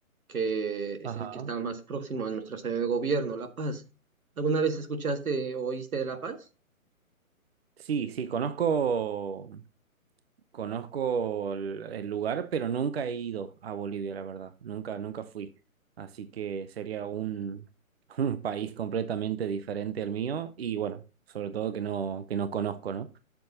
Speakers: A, on the right; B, on the right.
A: que es
B: Ajá.
A: el que está más próximo a nuestra sede de gobierno, La Paz. ¿Alguna vez escuchaste o oíste de La Paz?
B: Sí, sí, conozco Conozco el, el lugar, pero nunca he ido a Bolivia, la verdad. Nunca, nunca fui. Así que sería un, <laughs> un país completamente diferente al mío y bueno, sobre todo que no, que no conozco, ¿no?